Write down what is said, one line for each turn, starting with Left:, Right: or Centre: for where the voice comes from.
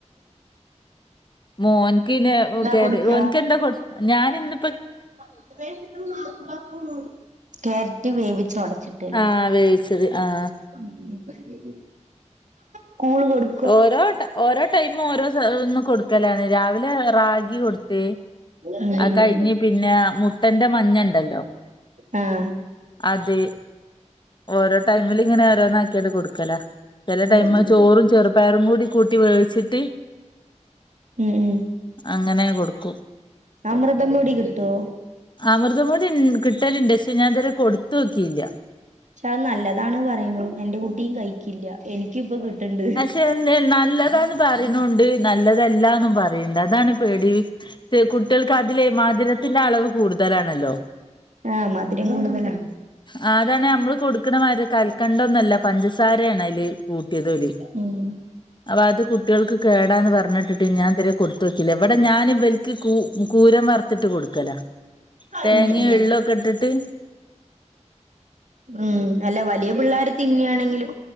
Left: മോൻക്ക് നെ കേരെ
Right: കൊടുക്ക
Left: ഓൻക്ക് എന്താ കൊ ഞാനിന്ന്
Right: <inaudible> ക്യാരറ്റ് വേവിച്ച് ഒടച്ചിട്ട് ലെ
Left: ആഹ് വേവിച്ചത് ആഹ്
Right: <unintelligible>
Left: ഓരോട ഓരോ ടൈമും ഓരോ <unintelligible> കൊടുക്കലാലെ രാവിലെ റാഗി കൊടുത്ത്
Right: ഉം
Left: അ കഴിഞ്ഞ്
Right: ഉം
Left: പിന്നെ മുട്ടന്റെ മഞ്ഞണ്ടല്ലോ
Right: ആഹ്
Left: അതെ ഓരോ ടൈമില് ഇങ്ങനെ ഓരോന്ന ആക്ക്യണ്ട് കൊടുക്കല ചെല ടൈം
Right: ഉം
Left: ചോറും ചെറുപ്പയറും കൂടി കൂട്ടി വേവിച്ചിട്ട്
Right: ഉം ഉം
Left: അങ്ങനെ കൊടുക്കും
Right: അമൃദ പൊടി കിട്ടോ?
Left: അമൃതം പൊടി കിട്ടല്ണ്ട് പക്ഷെ ഞാൻ ഇതുവരെ കൊടുതോക്കില്ല
Right: പക്ഷെ അത് നല്ലതാണ് പറയും എന്റെ കുട്ടിയും കഴിക്കില്ല എനിക്ക് ഇപ്പൊ കിട്ട്ണ്ട്
Left: തന്നെ നല്ലതാന്ന് പറിണുണ്ട് നല്ലതല്ലാന്നും പറിണ്ട് അതാണ് പേടി കുട്ടികൾക്ക് അതിലേ മധുരത്തിന്റെ അളവ് കൂടുതലാണല്ലോ?
Right: ആഹ് മധുരം കൂടുതലാ
Left: ആഹ് അതാണ് നമ്മള് കൊടുക്കുന്ന മാതിരി കൽക്കണ്ടം ഒന്നുല്ല പഞ്ചസാരെണ് അയ്ല് കൂട്ടിയത് ഓല്
Right: ഉം
Left: അപ്പൊ അത് കുട്ടികൾക്ക് കേടാന്ന് പർഞ്ഞെട്ടിട്ട് ഞാൻ ഇത് വരെ കൊടുത്ത് നോക്കില്ല ഇവടെ ഞാന് ഇവര് ക്ക് കൂ കൂരം വർത്തിട്ട് കൊടുക്കല തേങ്ങയും,
Right: ഉം ഉം
Left: എള്ളോക്കെ ഇട്ടിട്ട്
Right: ഉം അല്ല വലിയ പിള്ളാര് ത്തിന്നാണെങ്കിലും